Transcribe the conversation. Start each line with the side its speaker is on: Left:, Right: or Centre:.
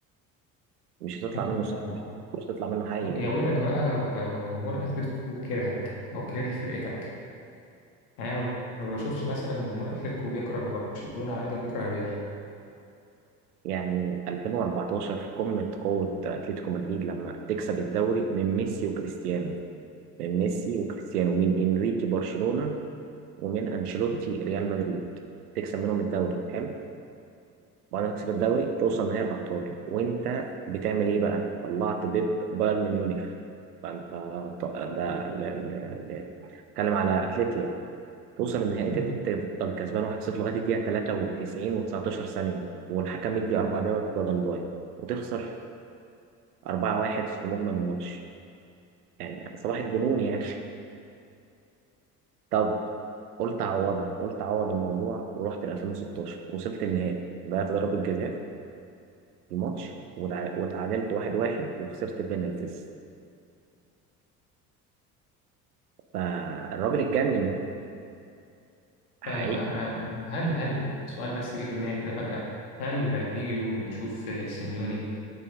Right: مش هتطلع
Left: آه،
Right: منه صح مش مش هتطلع منه حي يعني
Left: يا ويلك بقى لو لو جمهور اتلتيكو كرهك او كره فرقتك يعني انا ما بشوفش مثلا إن جمهور اتلتيكو بيكره برشلونة على قد ما بيكره الريال
Right: يعني 2014 في قمة قوة أتلتيكو مدريد لما تكسب الدوري من ميسي وكريستيانو من ميسي وكريستيانو من انريكي برشلونة ومن انشيلوتي ريال مدريد تكسب منهم الدوري حلو بعد ما تكسب الدوري توصل نهائي الابطال وانت بتعمل ايه بقى طلعت بيب بايرن ميونخ فانت ط- ده ل- ل- ل- اتكلم على اتلتي يعني توصل النهائي
Left: امم
Right: تب- تفضل كسبان 1-0 لغايه الدقيقه 93 و19 ثانيه والحكم يدي اربع دوت بدل ضايع وتخسر 4-1 في مجمل الماتش يعني صباح الجنون يعني <laughs> طب قلت اعوضها قلت اعوض الموضوع ورحت ل 2016 وصلت النهائي ضيعت ضربة جزاء في الماتش وتع- وتعادلت واحد واحد وخسرت بينالتيز فالراجل اتجنن يعني حقيقي
Left: آه أنا هل هل سؤال بس جه في دماغي كده فجأة هل هيجي يوم نشوف آه، سيميوني